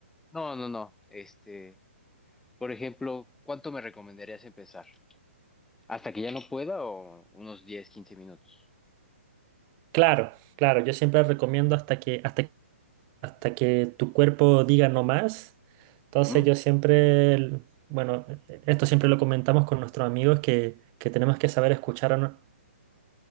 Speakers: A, in the centre; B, on the right (about 25°).
A: No, no, no. Este, por ejemplo, ¿cuánto me recomendarías empezar? ¿Hasta que ya no pueda o unos diez quince minutos?
B: Claro, claro, yo siempre recomiendo hasta que, hasta hasta que tu cuerpo diga no más. Entonces
A: ¿Mm?
B: yo siempre, el- bueno, e- esto siempre lo comentamos con nuestros amigos que, que tenemos que saber escuchar a no-